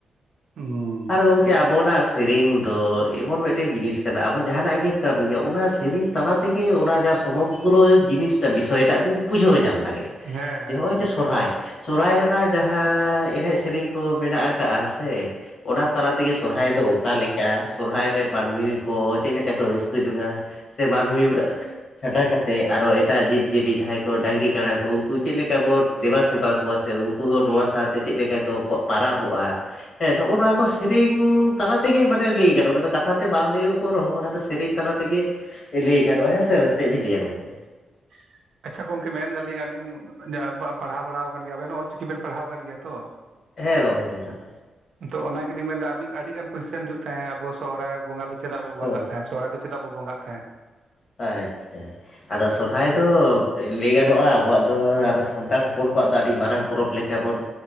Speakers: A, on the right; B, on the left.
A: ᱦᱩᱸ
B: ᱟᱨ ᱜᱚᱝᱠᱮ ᱛᱮ ᱟᱵᱚᱱᱟᱜ ᱥᱮᱨᱮᱧ ᱫᱚ ᱮᱢᱚᱱ ᱢᱮᱜᱴᱮᱡ ᱡᱤᱱᱤᱥ ᱠᱟᱱᱟ ᱟᱵᱚ ᱡᱟᱦᱟᱱᱟᱜ ᱜᱮ ᱠᱟᱹᱢᱤᱭᱟ ᱚᱱᱟ ᱥᱮᱨᱮᱧ ᱛᱟᱞᱟ ᱛᱮᱜᱮ ᱚᱱᱟ ᱡᱟ ᱥᱚᱢᱚᱜᱽᱜᱨᱚ ᱡᱤᱱᱤᱥᱴᱟᱜ ᱵᱤᱥᱚᱭᱴᱟᱜ ᱵᱤᱱ ᱵᱩᱡᱷᱟᱹᱣ ᱧᱟᱢ ᱫᱟᱲᱮᱭᱟᱜ
A: ᱦᱮᱸ
B: ᱟ ᱡᱮ
A: ᱦᱮᱸ
B: ᱦᱚᱜ ᱚᱭ ᱡᱮ ᱥᱚᱨᱦᱟᱭ ᱥᱚᱦᱚᱨᱟᱭ ᱨᱮᱱᱟᱜ ᱡᱟᱦᱟᱸ ᱮᱱᱮᱡ ᱥᱮᱨᱮᱧ ᱠᱚ ᱢᱮᱱᱟᱜ ᱟᱠᱟᱜ -ᱟ ᱥᱮ ᱚᱱᱟ ᱛᱟᱞᱟ ᱛᱮᱜᱮ ᱥᱚᱨᱦᱟᱭ ᱫᱚ ᱚᱠᱟ ᱞᱮᱠᱟ? ᱥᱚᱨᱦᱟᱭ ᱨᱮ ᱢᱟᱹᱱᱢᱤ ᱠᱚ ᱪᱮᱫ ᱞᱮᱠᱟ ᱠᱚ ᱨᱟᱹᱥᱠᱟᱹ ᱡᱚᱝ ᱟ? ᱥᱮ ᱢᱟᱹᱱᱢᱤ ᱪᱷᱟᱰᱟ ᱠᱟᱛᱮᱫ ᱟᱨᱚ ᱮᱴᱟᱜ ᱡᱤᱵᱽ ᱡᱤᱭᱟᱹᱞᱤ ᱡᱟᱦᱟᱸᱭ ᱠᱚ ᱰᱟᱹᱜᱝᱨᱤ ᱠᱟᱰᱟ ᱠᱚ ᱩᱱᱠᱩ ᱪᱮᱫ ᱞᱮᱠᱟ ᱵᱚᱱ? ᱫᱮᱵᱟ ᱥᱮᱵᱟ ᱠᱚᱣᱟ ᱥᱮ ᱩᱱᱠᱩ ᱦᱚᱸ ᱱᱚᱶᱟ ᱥᱟᱶᱛᱮ ᱪᱮᱫ ᱞᱮᱠᱟ ᱠᱚ ᱱᱚᱶᱟ ᱯᱟᱨᱟᱵᱚᱜᱼᱟ? ᱦᱮᱸᱜᱼᱚ ᱱᱚᱶᱟ ᱠᱚ ᱥᱮᱨᱮᱧ ᱛᱟᱞᱟ ᱛᱮᱜᱮ ᱢᱟᱱᱮ ᱞᱟᱹᱭ ᱜᱟᱱᱚᱜ ᱚᱱᱟ ᱫᱚ ᱠᱟᱛᱷᱟ ᱛᱮ ᱵᱟᱝ ᱞᱟᱹᱭᱚᱜ ᱨᱮᱦᱚᱸ ᱚᱱᱟ ᱫᱚ ᱥᱮᱨᱮᱧ ᱛᱟᱞᱟ ᱛᱮᱜᱮ ᱞᱟᱹᱭ ᱟᱠᱟᱟᱱᱚᱜᱼᱟ ᱦᱮᱸ ᱥᱮ ᱪᱮᱫ ᱵᱤᱱ ᱞᱟᱹᱭᱟ ᱜᱚᱝᱠᱮ
A: <unintelligible> ᱟᱪᱷᱟ ᱜᱚᱝᱠᱮ ᱢᱮᱱᱫᱟᱞᱤᱧ ᱟᱞᱤᱧ ᱯᱟᱲᱦᱟᱣ ᱵᱟᱲᱟᱣ ᱟᱠᱟᱱ ᱜᱮᱭᱟ ᱟᱵᱮᱱ ᱦᱚᱸ ᱚᱞᱪᱤᱠᱤ ᱵᱤᱱ ᱯᱟᱲᱦᱟᱣ ᱟᱠᱟᱱ ᱜᱮᱭᱟ ᱛᱚ
B: ᱦᱮᱸ ᱜᱚᱝᱠᱮ ᱦᱮᱸ
A: ᱛᱚ ᱚᱱᱟᱜᱞᱤᱧ ᱢᱮᱱ ᱮᱫᱟ ᱟᱹᱰᱤ ᱜᱟᱱ ᱠᱩᱥᱮᱱ ᱦᱤᱡᱩᱜ ᱛᱟᱦᱮᱸ ᱟᱵ ᱥᱚᱦᱚᱨᱟᱭ ᱵᱚᱸᱜᱟ ᱫᱚ ᱪᱮᱫᱟᱜ ᱵᱚ ᱵᱚᱝᱟᱜ
B: ᱦᱳᱭ
A: ᱛᱟᱦᱮᱸᱜ ᱥᱚᱨᱦᱟᱭ ᱫᱚ ᱪᱮᱫᱟᱜ ᱵᱚ ᱵᱚᱝᱟᱜ ᱛᱟᱦᱮᱸᱜ?
B: ᱦᱮᱭ ᱟᱪᱷᱟ ᱟᱫᱚ ᱥᱚᱨᱦᱟᱭ ᱫᱚ ᱞᱟᱹᱭ ᱜᱟᱱᱚᱜᱼᱟ ᱟᱵᱚᱣᱟᱜ ᱫᱚ ᱟᱵᱚ ᱥᱟᱱᱛᱟᱲ ᱦᱚᱯᱚᱱ ᱠᱚᱣᱟᱜ ᱫᱚ ᱟᱹᱰᱤ ᱢᱟᱨᱟᱝ ᱯᱚᱨᱚᱵᱽ ᱞᱮᱠᱟ ᱪᱮᱫ ᱵᱚᱱ